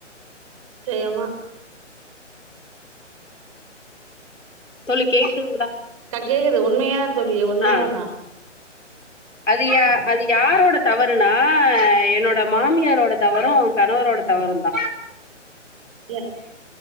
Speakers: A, on the right; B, on the left.
A: தேயாம
B: தோழி கேக்குதுங்களா
A: க கேக்குது <unintelligible> உண்மையா தோழி உண்மையாதா
B: ஆ அது யா அது யாரோட தவறுனா என்னோட மாமியாரோட தவறும் கணவரோட தவறும்தா
A: இல்ல